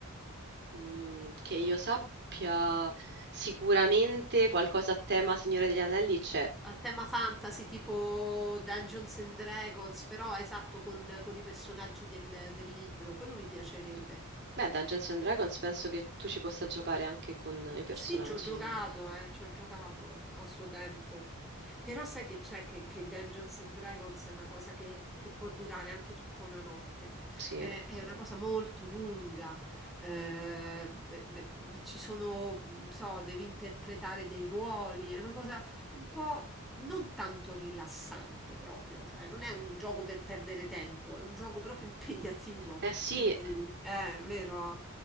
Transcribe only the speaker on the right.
Mm, che io sappia, sicuramente qualcosa a tema Signore degli Anelli c'è.
Mm. Beh, Dungeons and Dragons penso che tu ci possa giocare anche con i personaggi.
Sì.
Eh sì,